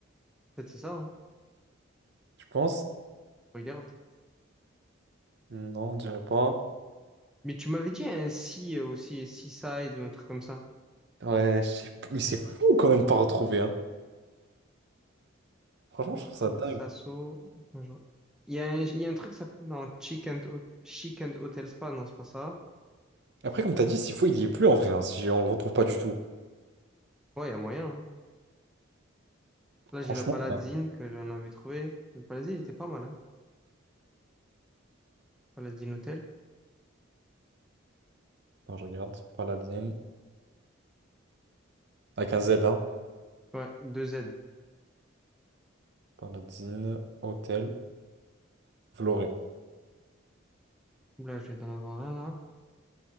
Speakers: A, in the centre; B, on the right.
A: Peut-être c'est ça, hein.
B: je pense.
A: Regarde.
B: Non, je dirais pas.
A: Mais tu m'avais dit un sea euh, aussi, Seaside ou un truc comme ça.
B: Ouais, je sais plus. Mais c'est fou quand même de pas retrouver, hein. Franchement,
A: Hôtel
B: je trouve ça dingue.
A: Sasso. Attends, je- Il y a un, il y a un truc, ça... non, Chic and, Ho- Chic and Hotel Spa, non, c'est pas ça.
B: Après, comme t'as dit, s'il faut, il y est plus en vrai, hein, si on le retrouve pas du tout.
A: Ouais, il y a moyen. hein. Là, j'ai
B: Franchement.
A: le Paladine
B: hein.
A: que j'en avais trouvé. Le Paladine, il était pas mal, hein. Paladine Hotel.
B: Attends, je regarde. Paladine. Avec un Z, hein.
A: Ouais, deux z
B: Paladine, hôtel, vous
A: Là, je vais en avoir un, là.